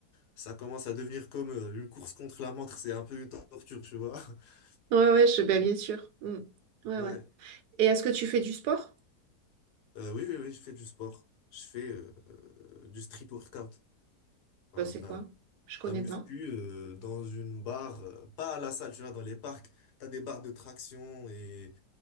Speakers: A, on the left; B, on the right.
A: ça commence à devenir comme euh, une course contre la montre, c'est un peu une torture, tu vois. <laughs>
B: Ouais, ouais, je, ben, bien sûr. Mm. Ouais,
A: Ouais.
B: ouais. Et est-ce que tu fais du sport?
A: Euh, oui, oui, oui, je fais du sport. Je fais euh, euh, du street workout, Enfin,
B: Ben, c'est
A: de la-
B: quoi?
A: de
B: Je connais
A: la muscu
B: pas.
A: euh, dans une barre, euh, pas à la salle, tu vois, dans les parcs, t'as des barres de traction et